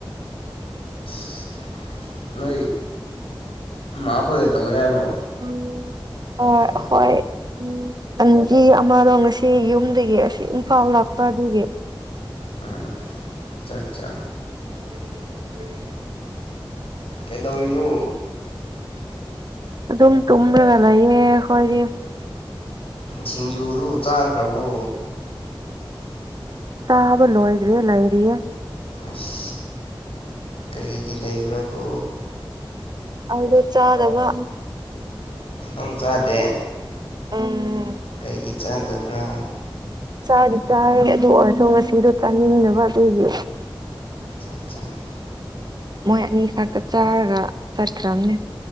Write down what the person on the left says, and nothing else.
ꯑꯁ ꯅꯣꯏ ꯃꯥꯈꯣꯏꯗ ꯇꯧꯋꯦ ꯍꯥꯏꯕ꯭ꯔꯣ
ꯑꯥ
ꯎꯝ ꯆꯠꯆꯥ
ꯀꯩꯗꯧꯔꯤꯅꯣ
ꯁꯤꯡꯖꯨꯗꯨ ꯆꯥꯈ꯭ꯔꯥꯕꯣ
ꯑꯁ ꯀꯔꯤꯒꯤ ꯂꯩꯕ꯭ꯔꯥ ꯀꯣ
ꯅꯪ ꯆꯥꯗꯦ
ꯀꯩꯒꯤ ꯆꯥꯗꯕ꯭ꯔ
ꯆ ꯆ <unintelligible>